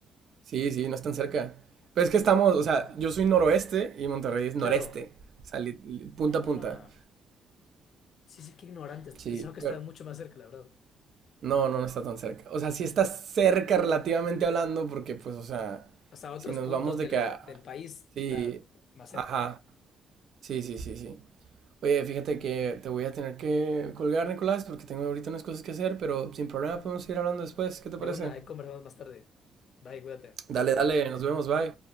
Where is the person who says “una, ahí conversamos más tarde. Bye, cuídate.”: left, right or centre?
Left